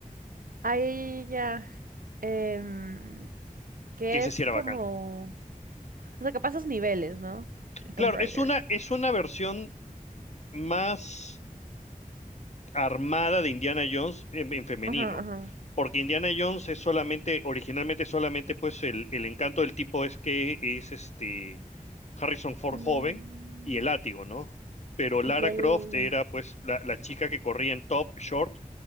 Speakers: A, on the right; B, on the left.
A: ahí ya. Em, que
B: que ese
A: es
B: sí era
A: como,
B: bacán.
A: o sea, que pasas niveles, ¿no? El
B: Claro,
A: Tomb Raider.
B: es una, es una versión más armada de Indiana Jones en, en femenino.
A: Ajá, ajá.
B: Porque Indiana Jones es solamente, originalmente solamente, pues el, el encanto del tipo es que es este Harrison Ford
A: Mm,
B: joven y el látigo, ¿no? Pero Lara
A: ya,
B: Croft
A: ya, ya,
B: era
A: ya.
B: pues la, la chica que corría en top, short